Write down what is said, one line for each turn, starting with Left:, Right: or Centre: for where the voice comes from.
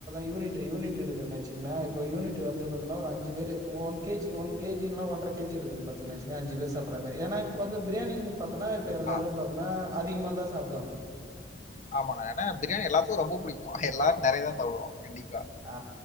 Right: யூனிட் யூனிட் எடுக்கச்ச இ யூனிட் வந்துா ஒரு அஞ்சு பேர் ஒன் கேி ஒன் கேஜிலலாம் ஒன்ற கேி எடுக்கு பாரீங்குச்சேங்க அ்ச பேர் சாிட்ற மாாரி ஏன்ன இப்போ வ பிரியாியின் பாத்தனா இப்ப எல்லாரு
Left: ஆ,
Right: பாத்தனா அதிகமா தா சாப்புடுவாங்கோ
Left: ஆமாங்க ஏன்னா பிரியாணி எல்லாத்துக்கு ரொம்ப புடிக்கு எல்லாரு நெறைய தா சாப்டுவோ கண்டிப்பா
Right: ஆ